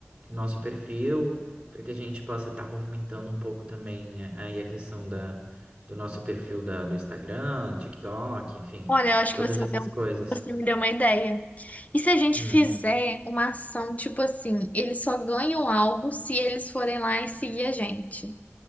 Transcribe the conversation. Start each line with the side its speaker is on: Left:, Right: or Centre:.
Right: nosso perfil, para que a gente possa estar movimentando um pouco também eh, aí a questão da, do nosso perfil da, do Instagram, TikTok, enfim,
Left: Olha, eu acho
Right: todas
Left: que você me
Right: essas
Left: deu,
Right: coisas.
Left: você me deu uma ideia. E se a gente
Right: Hum,
Left: fizer uma ação tipo assim, eles só ganham algo se eles forem lá e seguir a gente.